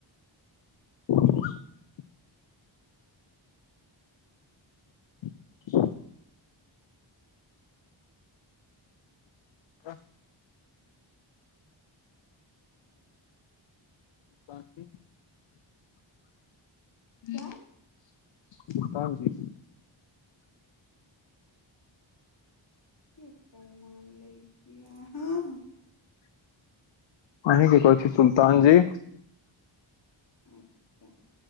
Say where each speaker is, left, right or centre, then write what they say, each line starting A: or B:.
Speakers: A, on the left (about 65°); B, on the left (about 50°).
A: <inaudible> <inaudible> ह आ <unintelligible> बांकि
B: क्या
A: ह्म <unintelligible> सुल्तान जी
B: केकर नाम लैत छी अहाँ और
A: अहीं
B: सब
A: केँ कहैत
B: बतइयो
A: छी सुलतान
B: की हाल
A: जी
B: छै अच्छा